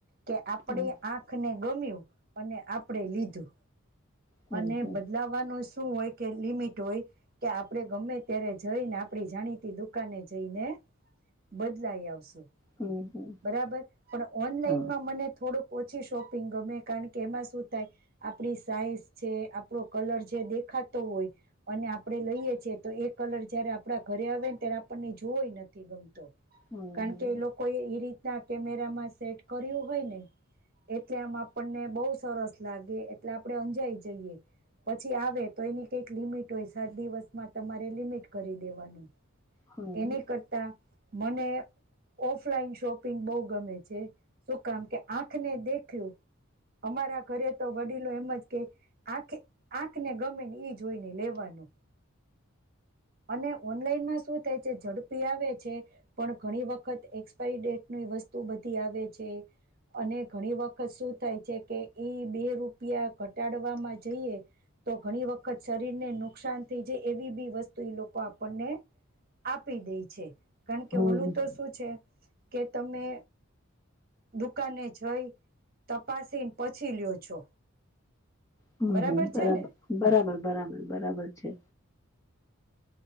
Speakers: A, on the right; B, on the left.
A: કે આપણે
B: હમ
A: આંખને ગમ્યું અને આપણેે લીધું.
B: હમ
A: અને બદલાવાનું શું હોય કે લિમિટ હોય કે આપડે ગમે ત્યારે જઈને આપડી જાણીતી દુકાને જઈને બદલાઈ આવશું.
B: હમ હમ હમ
A: બરાબર પણ ઓનલાઈનમાં
B: હા
A: મને થોડુંક ઓછી શોપિંગ ગમે કારણ કે એમાં શું થાય આપડી સાઈઝ છે આપણો કલર છે દેખ ખા હોય અને આપડે લઈએ છીએ તો એ કલર જયારે આપણા ઘરે આવે ને ત્યારે આપણને જોવય નથી ગમત.
B: હમ
A: કારણ
B: હમ
A: કે એ લોકો એ એ રીતના કેમેરામાં સેટ કર્યું હોય ને એટલે આમ આપણને બહુ સરસ લાગે એટલે આપણે અંજાઈ જઈએ. પછી આવે તો એની કઈક લિમિટ હોય સાત દિવસમાં તમારે લિમિટ કરી દેવાનું.
B: હમ હમ
A: એને કરતા મને ઓફલાઈન શોપિંગ બહુ ગમે છે શું કામ કે આંખને દેખ્યું. અમારા ઘરે તો વડીલો એમ જ કે આખે આંખને ગમે ને એઈ જોઈ ને લેવાનું. શૂનું. અને ઓનલાઈનમાં શું થાય છે ઝડપી આવે. પણ ઘણી વખત એક્સપાયરી ડેટની વસ્તુ બધી આવે છે. અને ઘણી વખત શું થાય છે કે ઈ બે રૂપિયા ઘટાડવામાં જઈએ. તો ઘણી વખત શરીર ને નુકસાન થઈ જાય એવી બી વસ્તુ. એ લોકો આપણને આપી દે છે કારણ કે
B: હમ હમ
A: ઓલું તો શું છે કે. તમે દુકાને જઈ તપાસીને પછી લ્યો છો.
B: હમ
A: બરાબર
B: હમ બરાબ
A: છે ને
B: બરાબર બરાબર બરાબર છે.